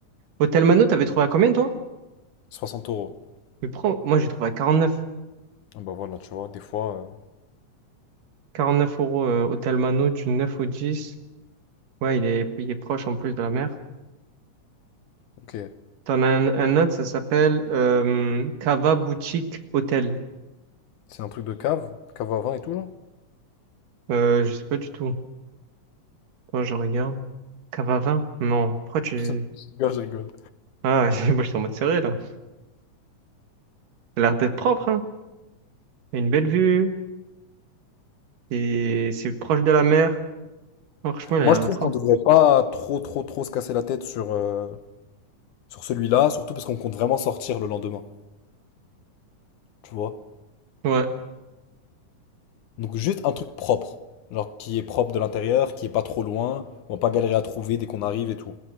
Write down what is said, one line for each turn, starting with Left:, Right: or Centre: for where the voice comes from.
Right: Hôtel Mano, t'avais trouvé à combien toi?
Left: 60 euros.
Right: Mais prends... Moi j'ai trouvé à 49.
Left: Ah Bah voilà, tu vois, des fois. euh,
Right: 49 euros euh, Hôtel Mano du 9 au 10. Ouais, il est, il est proche en plus de la mer.
Left: Ok.
Right: T'en as un, un autre, ça s'appelle euh, Cava Boutique Hôtel.
Left: C'est un truc de cave, cave à vin et tout, genre?
Right: Euh, je sais pas du tout. Attends, je regarde. Cava 20? Non. Pourquoi tu...
Left: <laughs> Gars, je rigole.
Right: Ah, <laughs> moi je suis en mode serré là. Il a l'air d'être propre, hein. Il a une belle vue. Et c'est proche de la mer. Franchement, il
Left: Moi,
Right: a l'air
Left: je trouve
Right: d'être propre.
Left: qu'on devrait pas trop, trop, trop se casser la tête sur, euh, sur celui-là, surtout parce qu'on compte vraiment sortir le lendemain, tu vois.
Right: Ouais,
Left: Donc, juste un truc propre, genre qui est propre de l'intérieur, qui est pas trop loin, on va pas galérer à trouver dès qu'on arrive et tout.